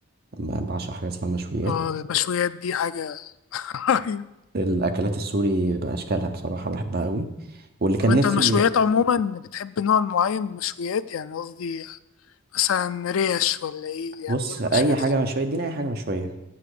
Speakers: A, on the right (about 45°); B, on the left (about 70°).
A: أنا بعشق حاجة اسمها مشويات
B: آه، المشويات دي حاجة <laughs> رهيبة.
A: الاكلات السوري باشكالها بصراحه بحبها قوي واللي كان
B: طب أنت
A: نفسي
B: المشويات عموما بتحب نوع معين من المشويات يعني قصدي مثلا ريش ولا إيه
A: بص
B: يعني إيه المشويات
A: اي حاجه مشويه اديني اي حاجه مشويه